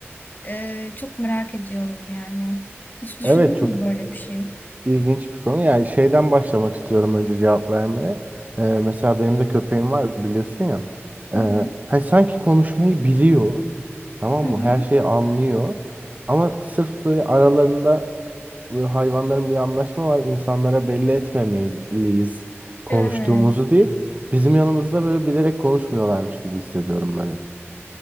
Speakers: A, on the left; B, on the right.
A: Ee, çok merak ediyorum yani. Hiç düşündün
B: Evet çok
A: mü böyle bir şey?
B: ilginç bir konu. Yani şeyden başlamak istiyorum önce cevap vermeye. Ee, mesela benim de köpeğim var biliyorsun ya. Ee,
A: Hı hı.
B: hani sanki konuşmayı biliyor. Tamam
A: Hı
B: mı?
A: hı.
B: Her şeyi anlıyor. Ama sırf böyle aralarında böyle hayvanların bir anlaşma var. İnsanlara belli etmemeliyiz konuştuğumuzu
A: Evet.
B: deyip bizim yanımızda böyle bilerek konuşmuyorlarmış gibi hissediyorum ben hep.